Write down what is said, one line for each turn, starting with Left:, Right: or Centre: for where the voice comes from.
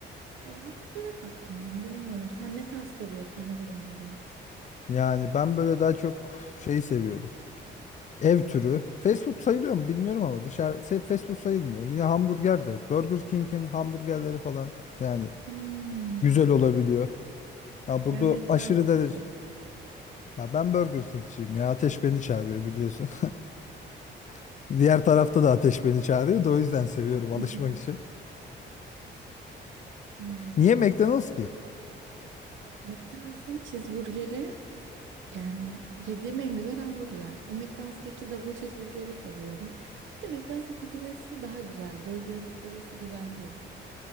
Right: Ee, hamburgere taktım ya bilmiyorum. Sen ne tarz seviyorsun ona göre önereyim.
Left: Yani ben böyle daha çok şey seviyorum. Ev türü. Fast food sayılıyor mu bilmiyorum ama dışarı se- fast food sayılmıyor. Yine hamburger de. Burger King'in hamburgerleri falan yani
Right: Hmm,
Left: güzel olabiliyor. Ya burada
Right: ben McDonald'sçıyım.
Left: aşırı derece. Ya ben Burger King'ciyim ya. Ateş beni çağırıyor biliyorsun. <laughs> Diğer tarafta da ateş beni çağırıyor da o yüzden seviyorum
Right: <laughs>
Left: alışmak için.
Right: Yani
Left: Niye McDonald's ki?
Right: McDonald's'ın cheeseburgeri Yani yediğim en güzel hamburger. O McDonald's'taki double cheeseburger'i seviyorum. Bir de McDonald's'ın patatesi daha güzel. Burger'ın patatesi güzel değil.